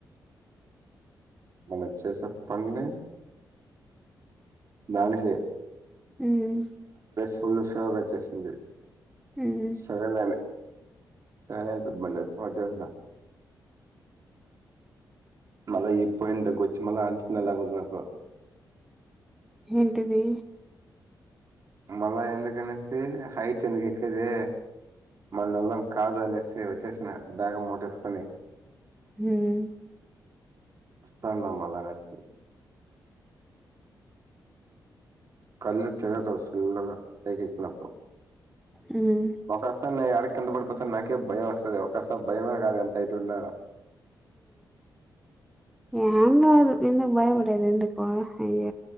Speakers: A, on the right (about 45°); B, in the centre.
A: మన వచ్చేసే <unintelligible> దను సే
B: ఉమ్
A: ఫుల్లు సేవగాచ్చేసింది
B: మ్మ్
A: సరేదనే సరే సబ్బ వచ్చేసిన మళ్ళా ఈ మళ్ళీ పోయిన దగు వచ్చి మళ్ళీ అంటుకున్నలాగా నాకు
B: ఏంటిది
A: మళ్ళా ఎందుకనేసి హైట్ ఎందుకు ఎక్కేది మన నల్లం కాదు అనేసి వచ్చేసిన దాగ మూట్టెత్తుకొని.
B: ఉమ్
A: వస్తాన్లో మలాానేసి కల్ తెగదస్తు చాలగ పైకి ఎక్కినపుడు
B: మ్మ్
A: ఒకస్తారి నేడికి కింద పడిపోత నాకే భయం వస్తుది ఒసారి భయమే కాదు ఎంత అయిటు ఉన్నా
B: ఉమ్ ఎంగ్ కాదు ఎందుకు భయప గది ఎందుకు అయ్య